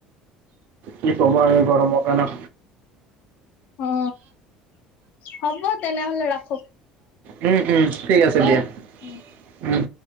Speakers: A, on the right; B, on the left.
A: কি হ'ব আৰু গৰমৰ কাৰনে।
B: অ হ'ব তেনেহলে ৰাখো।
A: উম, উম ঠিক আছে
B: উম
A: দিয়া।
B: উম
A: উম